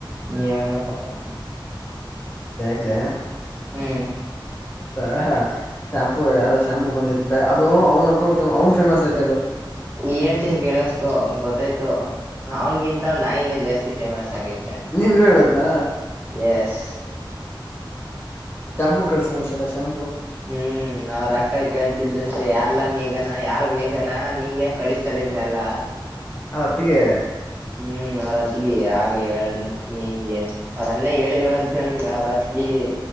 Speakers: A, on the right; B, on the left.
A: ಹೇಳ್ಬೇಕಪ್ಪ
B: ಲ
A: ಹ್ಮ್
B: ರ ಶಾಂಪೂ ಯಾವ್ದೋ ಶಾಂಪೂ ಬಂದೈತಿ ಅಂತ ಅದು ಅವ್ಕೊಂಡ ಅವ್ನ್ ಫೇಮಸ್ ಐತ
A: ಹೇಳ್ತನ್ಿ ಕೇಳಸ್ಕೊ ಗೊತ್ತಾಯ್ತು
B: ಹ
A: ಅವನ್ಗಿಂತ ಅವ ನಾಯಿನೇ ಜಾಸ್ತಿ ಫೇಮಸ್ ಆಗತ್
B: ನೀನ್ಗ್ ಹೇಳುದ್ನ
A: ಎಸ್
B: ಶಾಂಪೂ ಕಳಿಸೋನಂತನಲ್ಲ ಶಾಂಪು
A: ಹ್ಮ್ ಅವ್ರಕ್ಕ ಕೇಳ್ತಿದ್ಲಂತೆ ಯಾರ್ಲ್ಲ ಮೇಘನಾ ಯಾರು ಮೇಘನಾ ನಿನಗ್ಯಾಕೆ ಕಳಿಸ್ತಾಳೆ ಇದ್ನೆಲ್ಲ
B: ಹ ಹೊತ್ತಿಗೆ
A: ಹ್ಮ್ ಅವ್ರತಿಗೆ ಆಗ ಹೇಳದ್ಂತೆ ನಿಂಗೆ ಅಂತ ಅವ್ರ ಅಣ್ಣ ಹೇಳಿಲ್ವಂತ <unintelligible> ಅವ್ರ್ ಅತ್ತ್ಗೆಗೆ